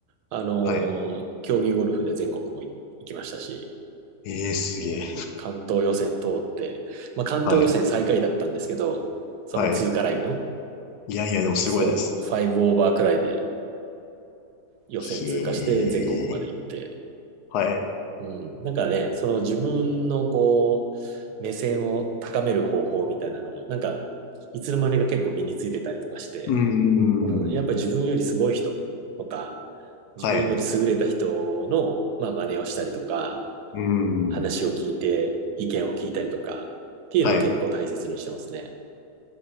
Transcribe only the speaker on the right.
あの、
競技ゴルフで全国もい行きましたし、
うん。関東予選通って、まあ、関東予選最下位だったんですけど、
その通過ラインの、
そう、5オーバーくらいで予選通過して全国まで行って、
うん。なんかね、その自分のこう、目線を高める方法みたいなのは、なんか、いつの間にか結構身についてたりとかして、
うん。やっぱ自分よりすごい人とか、
自分より優れた人の、
まあ、真似をしたりとか、
話を聞いて、意見を聞いたりとか、っていうのは結構大切にしてますね。